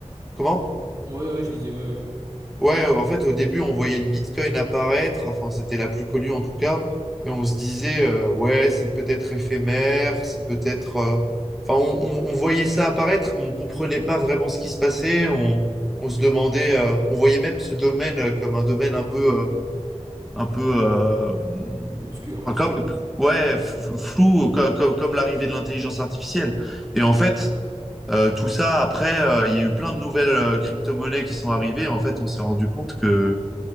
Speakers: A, in the centre; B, on the right.
A: Comment?
B: Ouais, ouais, je disais, ouais, ouais.
A: Ouais, en fait, au début, on voyait le Bitcoin apparaître, enfin, c'était la plus connue en tout cas, et on se disait, euh, ouais, c'est peut-être éphémère, c'est peut-être... euh, Enfin, on, on- on voyait ça apparaître, mais on comprenait pas vraiment ce qui se passait, on, on se demandait, euh, on voyait même ce domaine euh, comme un domaine un peu... euh, un peu euh,
B: Obscur.
A: enfin, comme, ouais, f- flou, comme, comme, comme l'arrivée de l'intelligence artificielle. Et en fait... Euh, tout ça, après, euh, il y a eu plein de nouvelles euh, crypto-monnaies qui sont arrivées. En fait, on s'est rendu compte que,